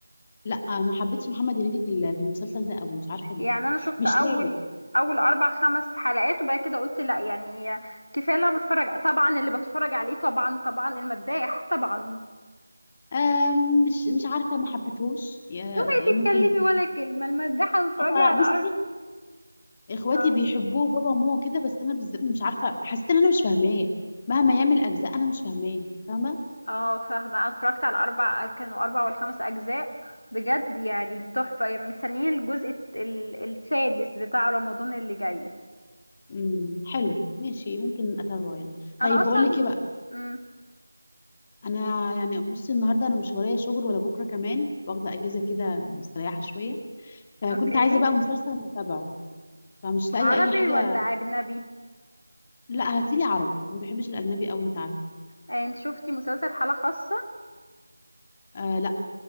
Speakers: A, on the left; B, on the left.
A: لا ما حبيتش محمد هنيدي في ال- في المسلسل ده قوي مش عارفه ليه
B: يعني انا شفت
A: مش
B: اول
A: لايق
B: اول اربع خمس حلقات وبعد كده قلت لا يعني كفاية اللي انا بتفرج طبعا اللي بتفرج عليه طبعا طبعا المداح طبعا
A: آه مش مش عارفه ما حبيتهوش يا-
B: اوعي
A: ممكن
B: تتكلمي ولا كلمة المداحة بتتفرجي
A: هو
B: على
A: بصي
B: الارض
A: اخواتي
B: آه.
A: بيحبوه بابا وماما كده بس انا بالذات مش عارفه حسيت ان انا مش فاهماه مهما يعمل اجزاء انا مش فاهماه فاهمه
B: اه فاهمة انا اتفرجت على اربع كانوا اربع ولا خمس اجزاء بجد يعني تحفة يعني مستنيين الجزء الت- ال- السادس بتاع رمضان اللي جاي
A: امم حلو ماشي ممكن اتابعه يعني طيب
B: انا اصلا
A: بقول لك ايه بقى
B: امم
A: انا يعني بصي النهارده انا مش ورايا شغل ولا بكره كمان واخده اجازه كده مستريحه شويه فكنت
B: اوكي
A: عايزه بقى مسلسل انا اتابعه فمش لاقيه
B: عربي
A: اي حاجه
B: ولا اجنبي
A: لا هاتيلي عربي ما بحبش الاجنبي قوي انت عارف
B: آه، انت شفتي مسلسل حالة خاصة
A: آه لا